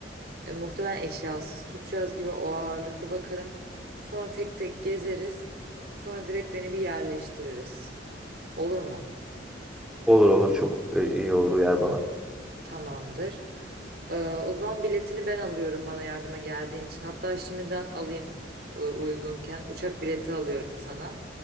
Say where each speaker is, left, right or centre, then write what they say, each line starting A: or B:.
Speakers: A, on the right; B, in the centre.
A: E, muhtemelen eşyasız tutacağız gibi o ağırlıklı bakarım. Sonra tek tek gezeriz. Sonra direkt beni bir yerleştiririz. Olur mu?
B: Olur olur çok e, iyi olur uyar bana.
A: Tamamdır. Ee, o zaman biletini ben alıyorum bana yardıma geldiğin için. Hatta şimdiden alayım e, uygunken. Uçak bileti alıyorum sana.